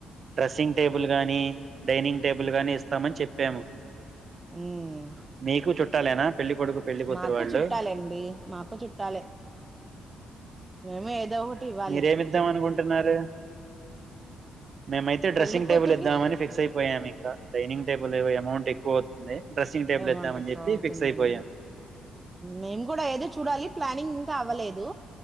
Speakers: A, on the right; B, on the right.
A: డ్రెస్సింగ్ టేబుల్ గాని డైనింగ్ టేబుల్ గానీ ఇస్తామని చెప్పాము.
B: ఊహ్
A: మీకు చుట్టాలేనా పెళ్లి కొడుకు పెళ్లి కూతురు
B: మాకు
A: వాళ్ళు
B: చుట్టాలండి మాకు చుట్టాలె మేము ఏదో ఇవ్వాలి
A: మీరేమిద్దాం అనుకుంటున్నారు. మేమైతే డ్రెస్సింగ్
B: పెళ్లి కూతురికి
A: టేబుల్ ఇద్దామని ఫిక్స్ అయిపోయాము. ఇంకా డైనింగ్ టేబుల్లయాము. అమౌంట్ ఎక్కువ అవుతుంది. డ్రెస్సింగ్ టేబుల్
B: ఏమంటారు
A: ఇద్దామని చెప్పి
B: అవుతుందండి
A: ఫిక్స్ అయిపోయాం.
B: మేము కూడా ఏదో చూడాలి ప్లానింగ్ ఇంకా అవ్వలేదు